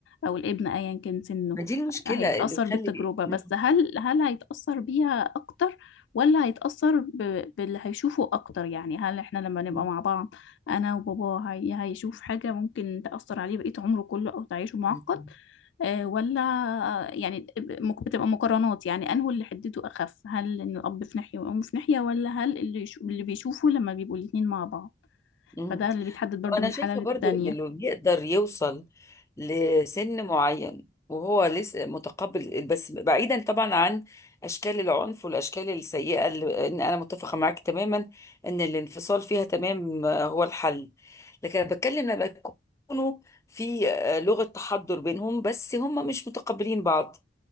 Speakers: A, on the left; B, on the left.
A: او الابن ايا كان سنه
B: ما دي المشكلة
A: هيتأثر
B: اللي تخلي
A: بالتجربة بس
B: مم.
A: هل هل هيتأثر بيها اكتر ولا هيتأثر ب- باللي هيشوفه اكتر يعني هل احنا لما نبقى
B: مم.
A: مع بعض انا وبابا هي هيشوف حاجة ممكن تأثر عليه بقية عمره كله او تعيشه معقد
B: مم.
A: آه، ولا يعني مك- بتبقى مقارنات يعني انه اللي حدته اخف هل ان الاب في ناحيه والام في ناحيه ولا هل اللي يشو- اللي بيشوفه لما بيبقوا الاتنين مع بعض
B: مم.
A: فده اللي بيتحدد برضو
B: أنا
A: من
B: شايفة
A: حالة للتانية
B: برضو إن اللي يقدر يوصل لسن معين وهو لسه متقبل بس بعيدا طبعا عن أشكال العنف والأشكال السيئة اللي إن أنا متفقة معاك تماما إن الانفصال فيها تمام آه، هو الحل لكن أنا بتكلم لما يكونوا في آه، لغة تحضر بينهم بس هم مش متقبلين بعض